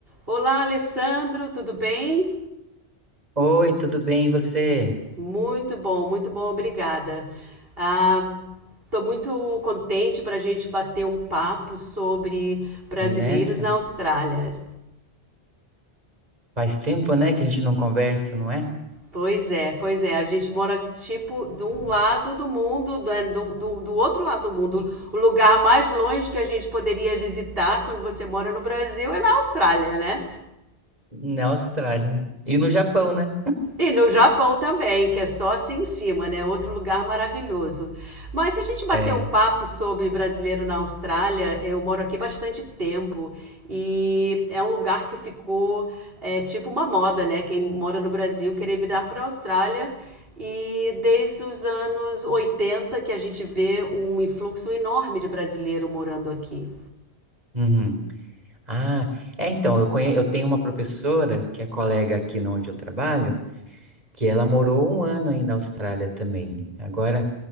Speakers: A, on the right; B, on the right.
A: Olá, Alessandro, tudo bem?
B: Oi, tudo bem, e você?
A: Muito bom, muito bom, obrigada. Ah, estou muito contente para a gente bater um papo sobre brasileiros
B: Nessa?
A: na Austrália.
B: Faz tempo, né, que a gente não conversa, não é?
A: Pois é, pois é, a gente mora tipo de um lado do mundo, né, do, do, do outro lado do mundo. O lugar mais longe que a gente poderia visitar quando você mora no Brasil é na Austrália, né?
B: Na Austrália. E no Japão, né?
A: E no Japão também, que é só assim em cima, né? Outro lugar maravilhoso. Mas se a gente bater
B: É.
A: um papo sobre brasileiro na Austrália, eu moro aqui bastante tempo e é um lugar que ficou é, tipo uma moda, né? Quem mora no Brasil querer virar para a Austrália. E desde os anos 80 que a gente vê um influxo enorme de brasileiro morando aqui.
B: Uhum. Ah, é, então, eu conhe... eu tenho uma professora que é colega aqui no onde eu trabalho, que ela morou um ano aí na Austrália também. Agora,